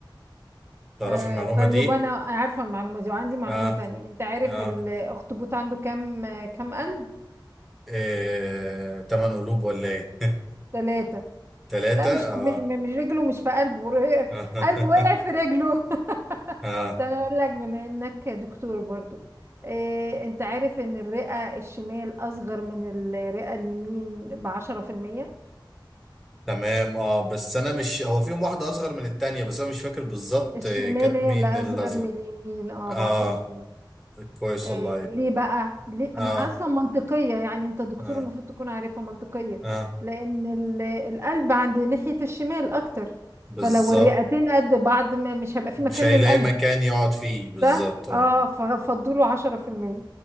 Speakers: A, in the centre; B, on the right.
A: تعرفي
B: آه
A: المعلومه
B: طيب
A: دي
B: انا عارفه المعلومه دي وعندي معلومه
A: اه
B: تانية انت عارف
A: اه
B: الاخطبوط عنده كام كام قلب
A: آه، تمن قلوب ولا ايه
B: ثلاثه
A: ثلاثه
B: لا مش
A: اه
B: كوب- م- مش رجله مش في قلبه ر-
A: <laughs>
B: قلبه وقع في رجله <laughs>
A: اه
B: ده انا اقول لك بما انك دكتور برضو آه انت عارف ان الرئه الشمال اصغر من الرئه اليمين بعشرة في المية
A: تمام اه بس انا مش هو فيهم واحده اصغر من التانية بس انا مش فاكر بالظبط
B: الشمال
A: آه، كانت
B: هي
A: مين
B: اللي اصغر
A: الاصغر
B: من اليمين اه
A: اه
B: بعشرة في المية
A: كويس
B: آه
A: والله
B: ليه بقى ليه
A: اه
B: أم- اصلا منطقية يعني انت دكتور
A: اه
B: المفروض تكون عارفها منطقية
A: اه
B: لان ال- القلب عند ناحية الشمال اكتر
A: بالظبط
B: فلو الرئتين قد بعض ما مش هيبقى في
A: مش
B: مكان
A: هيلاقي
B: للقلب
A: مكان يقعد فيه بالظبط
B: ده
A: آه.
B: اه ففضلوا عشرة في المية